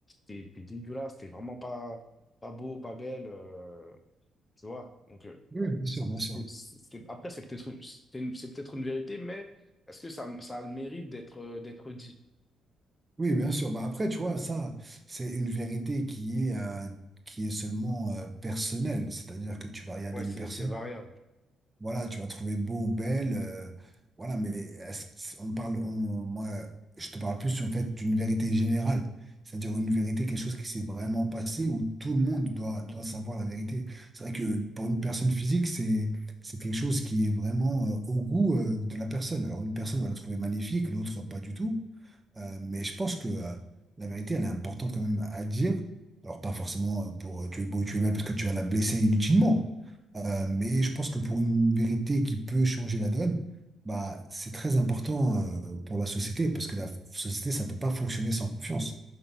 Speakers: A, on the left; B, on the right.
A: t'es, t'es dégueulasse, t'es vraiment pas, pas beau, pas belle. euh, tu vois? Donc, euh,
B: Oui, bien
A: c'est,
B: sûr, bien
A: c'est-
B: sûr.
A: c'est- c'est- après, c'est peut-être une- c'est une- c'est peut-être une vérité, mais est-ce que ça, ça a le mérite d'être euh, d'être dit?
B: Oui, bien sûr. Bah après, tu vois, ça, c'est une vérité qui est, euh, qui est seulement euh, personnelle. C'est-à-dire que tu vas regarder
A: Ouais, c'est
B: une personne,
A: c'est variable.
B: voilà, tu vas trouver beau ou belle, euh, voilà, mais est-ce que- on parle, on- moi, je te parle plus en fait d'une vérité générale. C'est-à-dire une vérité, quelque chose qui s'est vraiment passé où tout le monde doit, doit savoir la vérité. C'est vrai que pour une personne physique, c'est, c'est quelque chose qui est vraiment euh, au goût euh, de la personne. Alors, une personne va la trouver magnifique, l'autre pas du tout. Euh, mais je pense que euh, la vérité, elle est importante quand même à dire. Alors, pas forcément euh, pour euh, tu es beau, tu es belle, parce que tu vas la blesser inutilement. Euh, mais je pense que pour une vérité qui peut changer la donne, bah, c'est très important euh, pour la société, parce que la société, ça peut pas fonctionner sans confiance.